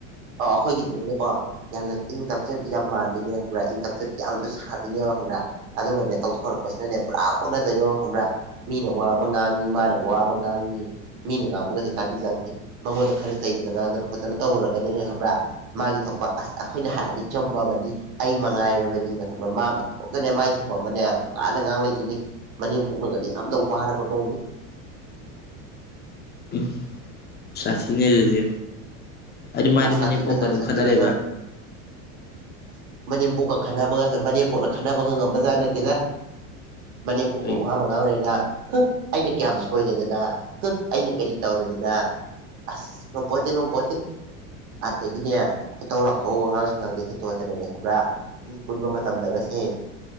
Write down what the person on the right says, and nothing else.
ꯑꯥ ꯑꯩꯈꯣꯏꯒꯤꯗꯨꯅꯅꯦꯀꯣ ꯌꯥꯝꯅ ꯏꯪ ꯇꯞꯆꯕꯤ ꯌꯥꯝ ꯃꯥꯟꯗꯣꯏꯅꯦ ꯈꯪꯕ꯭ꯔꯥ ꯏꯪ ꯇꯞꯆꯕꯤ ꯌꯥꯝꯖꯨ ꯁꯥꯗꯣꯏꯅꯦꯕ ꯈꯪꯕ꯭ꯔꯥ ꯑꯗꯨꯒꯅꯦ ꯇꯧꯊꯣꯔꯛꯄꯁꯤꯅꯅꯦ ꯄꯨꯔꯥ ꯑꯣꯟꯅ ꯇꯩꯅꯕ ꯈꯪꯕ꯭ꯔꯥ ꯃꯤꯅ ꯋꯥ ꯑꯃ ꯉꯥꯡꯉꯤ ꯃꯥꯅ ꯋꯥ ꯑꯃ ꯉꯥꯡꯉꯤ ꯃꯤꯅ ꯉꯥꯡꯕꯒꯖꯦ ꯇꯥꯕꯤꯖꯥꯟꯇꯦ ꯃꯉꯣꯟꯗ ꯈꯔ ꯆꯩꯗꯅ ꯉꯥꯡꯗꯅ ꯈꯣꯠꯇꯅ ꯇꯧꯔꯨꯔꯒꯅꯦꯅꯦ ꯈꯪꯕ꯭ꯔꯥ ꯃꯥꯒꯤ ꯊꯣꯛꯄ ꯑꯁ ꯑꯩꯈꯣꯏꯅ ꯍꯥꯏꯔꯗꯤ ꯆꯨꯝꯃꯕꯅꯤ ꯑꯩ ꯃꯉꯥꯏꯔꯕꯅꯤꯅ ꯈꯪꯕ꯭ꯔꯥ ꯃꯥ ꯃꯇꯣꯝꯇꯅꯦ ꯃꯥꯏ ꯊꯣꯛꯄ ꯑꯃꯅꯦ ꯄꯨꯡꯉꯥꯡꯇꯥ ꯉꯥꯡ ꯂꯩꯗꯣꯏꯅꯤ ꯃꯅꯦꯝꯄꯣꯛꯅꯒꯅꯦ ꯌꯥꯝꯅ ꯋꯥꯔꯕ ꯃꯧꯅꯤ
ꯑꯁ
ꯁꯥꯊꯤꯈ꯭ꯔꯖꯥꯠꯅꯤ
ꯁꯥꯊꯤꯈ꯭ꯔꯖꯥꯠꯅꯤ
ꯑꯁ ꯃꯅꯦꯝꯄꯣꯛꯀ ꯈꯟꯅꯕꯒ ꯃꯅꯦꯝꯄꯣꯛꯅ ꯈꯟꯅꯕꯒ ꯉꯝꯕ ꯖꯥꯠ ꯅꯠꯇꯦꯗ ꯃꯅꯦꯝꯄꯣꯛꯅ
ꯋꯥꯝ <unintelligible> ꯉꯥꯡꯂꯦꯅ <unintelligible> ꯑꯩꯅ ꯀꯌꯥꯝ ꯁꯣꯏꯗꯦꯗꯅ <unintelligible> ꯑꯩꯅ ꯀꯔꯤ ꯇꯧꯔꯗꯅ ꯑꯁ ꯉꯝꯄꯣꯟꯇꯦ ꯉꯝꯄꯣꯟꯇꯦ ꯑꯗꯒꯤꯅꯦ ꯈꯨꯇꯧ ꯂꯥꯛꯇꯧ ꯋꯥꯉꯥꯡ ꯁꯉꯥꯡꯗ ꯍꯦꯟꯇꯣꯔꯛꯇꯅꯅꯦ ꯈꯪꯕ꯭ꯔꯥ ꯃꯤ ꯄꯨꯟꯕ ꯃꯇꯝꯗꯒꯁꯦ